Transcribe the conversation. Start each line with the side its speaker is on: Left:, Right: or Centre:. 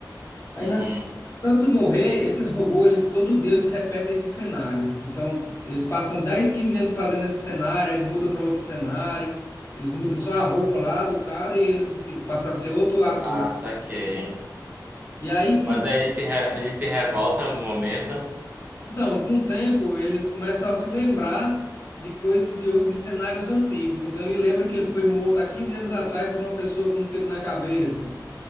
Left: Aí
Right: uhum.
Left: na tanto morrer, esses robôs, eles todo dia eles repetem esses cenários. Então, eles passam dez quinze anos fazendo esse cenário, aí eles mudam para outro cenário, eles mudam só a roupa lá do cara e eles tipo, passam a ser outro ator.
Right: Ah, saquei.
Left: E aí, com,
Right: Mas aí eles se, re- eles se revolta em algum momento?
Left: então, com o tempo, eles começam a se lembrar de coisas de, ou- de cenários antigos. Então, ele lembra que ele foi morto há 15 anos atrás por uma pessoa com um tiro na cabeça.